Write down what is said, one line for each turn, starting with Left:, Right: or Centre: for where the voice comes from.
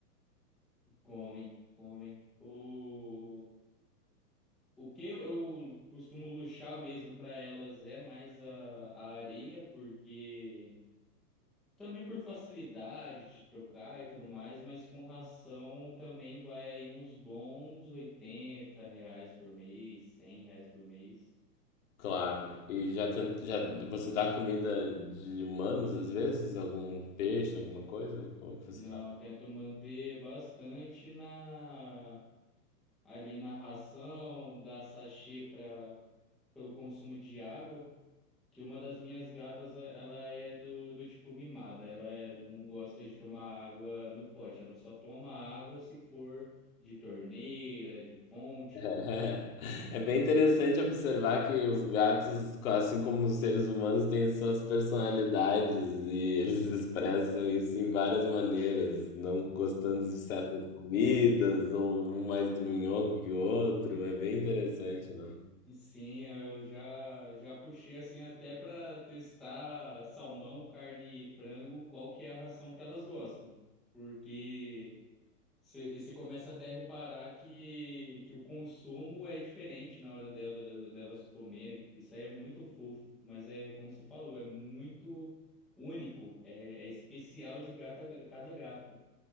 Centre: Comem, comem. O... O que eu eu costumo luxar mesmo para elas é mais a, a areia, porque também por facilidade de trocar e tudo mais, mas com ração também vai aí uns bons 80 reais por mês, 100 reais por mês.
Left: Claro. E já, tent, já você dá comida de humanos às vezes? Algum peixe, alguma coisa? Como é que você
Centre: Não,
Left: faz? <laughs>
Centre: eu tento manter bastante na ali na ração, dar sachê para pelo consumo de água. que uma das minhas gatas, eh, ela é do, do tipo mimada, ela é- não gosta de tomar água no pote, ela só toma água se for de torneira, de fonte.
Left: É, é bem interessante observar que os gatos, assim como os seres humanos, têm suas personalidades e eles <laughs> expressam isso em várias maneiras, não gostando de certas comidas, ou um mais dorminhoco que o outro. É bem interessante, né?
Centre: Sim, eu já, já puxei assim até para testar salmão, carne e frango, qual que é a ração que elas gostam. Porque Você, você começa até a reparar que, que o consumo é diferente na hora dela, delas comerem. Isso aí é muito fofo, mas é como você falou, é muito único, é, é especial de gato a ga- cada gato.